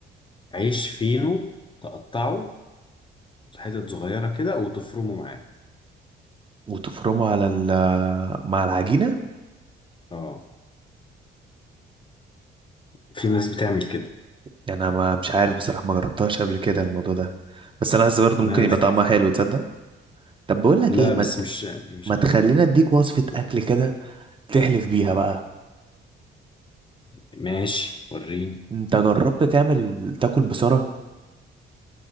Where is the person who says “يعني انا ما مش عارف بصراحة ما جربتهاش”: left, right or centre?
Right